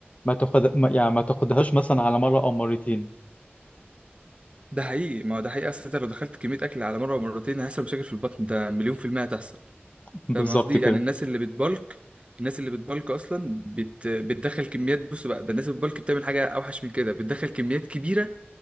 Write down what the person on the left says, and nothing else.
ما تاخد ما- يعني ما تاخدهاش مثلا على مره او مرتين
<laughs> بالظبط
كده